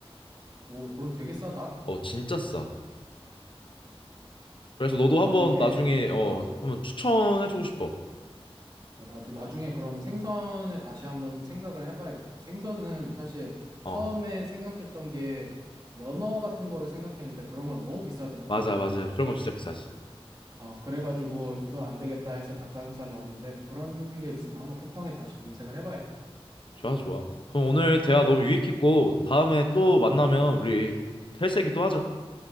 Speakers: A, on the right (about 40°); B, on the left (about 55°).
A: 오, 그럼 되게 싸다.
B: 어 진짜 싸. 그래서
A: 그거
B: 너도
A: 나중에
B: 한번 나중에 어
A: 어,
B: 한번 추천해주고 싶어.
A: 어, 나도 나중에 그러면 생선에 다시 한번 생각을 해봐야겠다. 생선은 사실
B: 어
A: 처음에 생각했던 게 연어 같은 거를 생각했는데 그런 건 너무 비싸더라고.
B: 맞아 맞아. 그런 건 진짜 비싸지.
A: 어, 그래가지고 이건 안 되겠다 해서 닭가슴살로 왔는데 그런 게 있으면 한번 쿠팡에 다시 검색을 해봐야겠다.
B: 좋아, 좋아. 그럼 오늘 대화 너무 유익했고, 다음에 또 만나면 우리 헬스 얘기 또 하자.